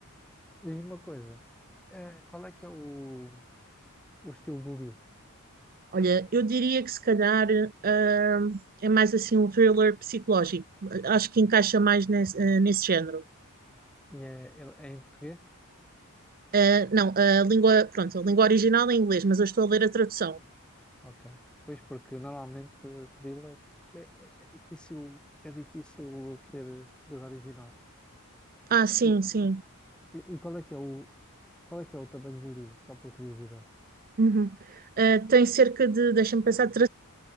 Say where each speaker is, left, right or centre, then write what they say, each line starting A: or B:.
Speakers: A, in the centre; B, on the right.
A: Diz-me uma coisa, eh, qual é que é o, o estilo do livro?
B: Olha, eu diria que se calhar ah, é mais assim um thriller psicológico. Acho que encaixa mais nesse, ah, nesse género.
A: E é, é- é em português?
B: Ah, não, a língua, pronto, a língua original é inglês, mas eu estou a ler a tradução.
A: Ok. Pois, porque normalmente eh, thriller é, é- é difícil, é difícil ser português original.
B: Ah, sim,
A: E,
B: sim.
A: e, e qual é que é o, qual é que é o tamanho do livro? Só por curiosidade.
B: Uhum. Ah, tem cerca de, deixa-me pensar,